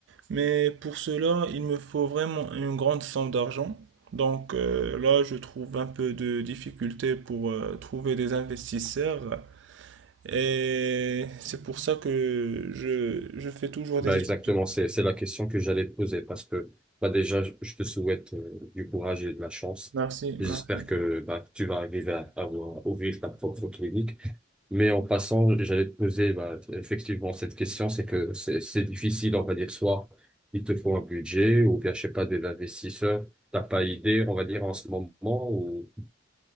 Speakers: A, on the right; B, in the centre.
A: Mais pour cela, il me faut vraiment une grande somme d'argent. Donc euh, là, je trouve un peu de difficulté pour euh, trouver des investisseurs. Et c'est pour ça que je, je fais toujours
B: bah
A: des études.
B: exactement, c'est c'est la question que j'allais te poser parce que bah déjà je je te souhaite euh, du courage et de la chance.
A: Merci,
B: J'espère
A: merci.
B: que bah que tu vas arriver à, à avoir- ouvrir ta propre clinique. Mais en passant, j'allais te poser bah, effectivement cette question, c'est que c'est c'est difficile, on va dire soit il te faut un budget ou bien je sais pas des investisseurs, t'as pas idée, on va dire en ce moment ou